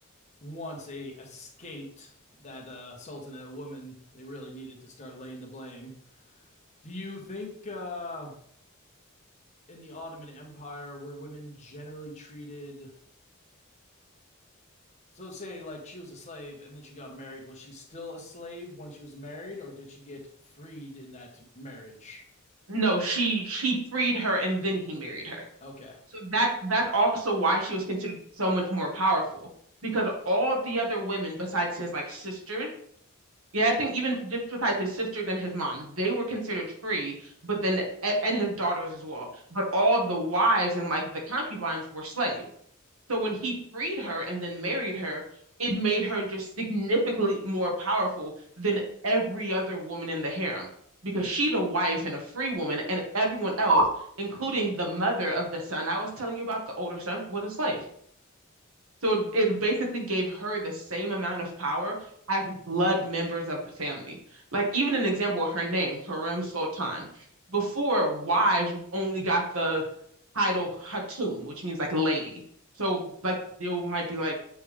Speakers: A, on the left; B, on the right.
A: once they escaped that uh, sultan and a woman, they really needed to start laying the blame. Do you think uh, in the Ottoman Empire were women generally treated so say like she was a slave and then she got married was she still a slave when she was married or did she get freed in that marriage
B: No, she she freed her and then he married her.
A: okay
B: So that that's also why she was considered so much more powerful because all the other women besides his like sisters Yeah, I think even just besides his sisters and his mom, they were considered free, but then a- and his daughters as well. But all the wives and like the concubines were slaves. So when he freed her and then married her, it made her just significantly more powerful than every other woman in the harem because she's a wife and a free woman, and everyone else, including the mother of the son I was telling you about, the older son, was a slave. So it basically gave her the same amount of power as blood members of the family. Like even an example of her name, Harem Sultan. Before, wives only got the title Hatun, which means like lady. So like they might be like